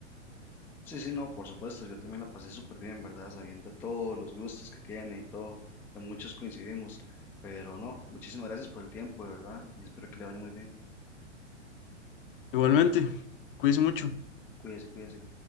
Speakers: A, in the centre; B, on the left (about 45°).
A: Sí, sí, no, por supuesto, yo también la pasé súper bien, ¿verdad? Sabiendo todos los gustos que tiene y todo, en muchos coincidimos, pero no, muchísimas gracias por el tiempo, de verdad, y espero que le vaya muy bien.
B: Igualmente, cuídese mucho.
A: Cuídese, cuídese.